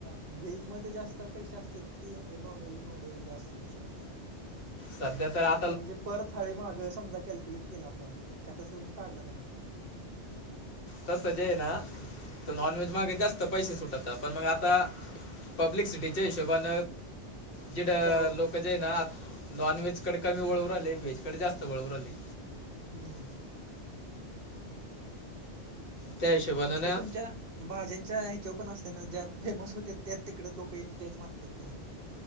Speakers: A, on the right; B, on the left.
A: व्हेजमध्ये जास्त, पैसे असत की नॉन व्हेज मध्ये जास्त पैसे भेटतात.
B: सध्या तर आ
A: म्हणजे पर थाळी मागं समजा कॅल्क्युलेट केला आपण का तसं तुम्ही काढलं नाही.
B: तसं जे आहे ना तर नॉनव्हेज मागे जास्त पैसे सुटात पण मग आता पब्लिक सिटीच्या हिशोबान. जिड
A: करावं
B: लोक जे ना नॉन व्हेज कडे कमी वळू राहिले व्हेज कड जास्त वळू राहिले.
A: हम्म.
B: त्या हिशोबानं
A: आणि
B: ना
A: ते तुमच्या. भाज्यांच्या ह्याच्यावर पण असते ना ज्या फेमस होते त्या तिकड लोक येऊन तेच मागतेात परत.